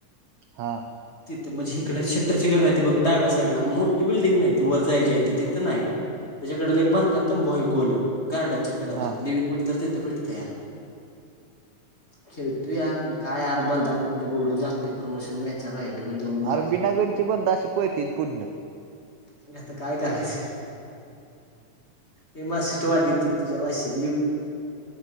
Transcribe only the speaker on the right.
हां
हा.
अर बीना गंची बांदा अशी पळती पुढण.